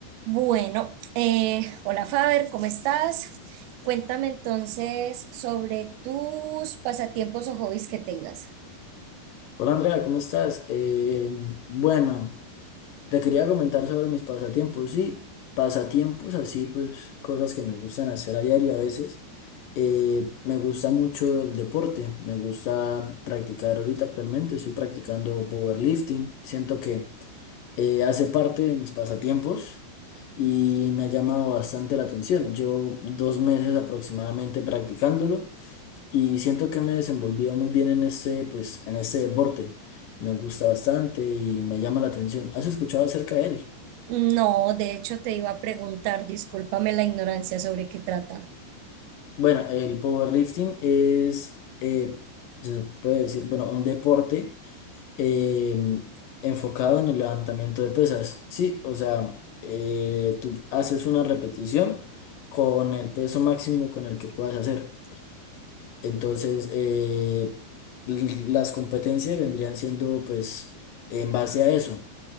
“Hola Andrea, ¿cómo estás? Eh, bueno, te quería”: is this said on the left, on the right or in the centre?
Left